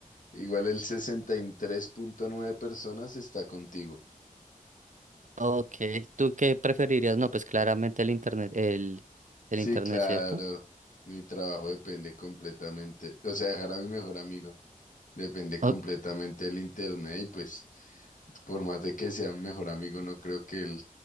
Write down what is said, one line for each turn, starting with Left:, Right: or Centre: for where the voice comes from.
Left: Igual el sesenta y tres punto nueve personas está contigo.
Right: Ok, ¿tú qué preferirías? No, pues claramente el internet, el,
Left: Sí,
Right: el internet,
Left: claro.
Right: ¿cierto?
Left: Mi trabajo depende completamente, o sea, dejar a mi mejor amigo depende completamente
Right: O,
Left: del internet y pues por más de que sea mi mejor amigo, no creo que él